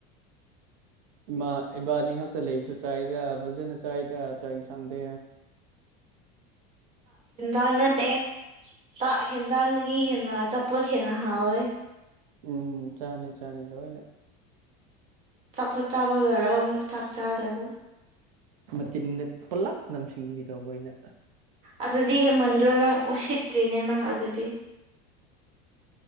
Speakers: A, on the right; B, on the right.
A: ꯏꯃꯥ ꯏꯕꯥꯅꯤ ꯉꯥꯛꯇ ꯂꯩꯕꯁꯨ ꯆꯥꯏꯗ ꯐꯖꯅ ꯆꯥꯏꯗ ꯆꯥꯛ ꯏꯟꯁꯥꯡꯗꯦ
B: ꯑꯦꯅꯗꯦ ꯥꯛ ꯍꯦꯟꯖꯥꯡꯗꯒꯤ ꯍꯦꯟꯅ ꯑꯆꯥꯄꯣꯠ ꯍꯦꯟꯅ ꯍꯥꯎꯋꯦ
A: ꯎꯝ ꯆꯥꯅꯤ ꯆꯥꯅꯤ ꯂꯣꯏꯅꯦ
B: ꯆꯥꯄꯠ ꯆꯥꯕ ꯂꯣꯏꯔꯒ ꯑꯃꯨꯛ ꯆꯥꯛ ꯆꯥꯗꯕ
A: ꯃꯆꯤꯟꯗ ꯄꯨꯂꯞ ꯅꯝꯁꯤꯟꯕꯤꯗꯧꯕ ꯑꯩꯅ
B: ꯑꯗꯨꯗꯤ ꯍꯦꯃꯟꯗ꯭ꯔꯣ ꯅꯪ ꯎꯁꯤꯠꯇ꯭ꯔꯤꯅꯦ ꯅꯪ ꯑꯗꯨꯗꯤ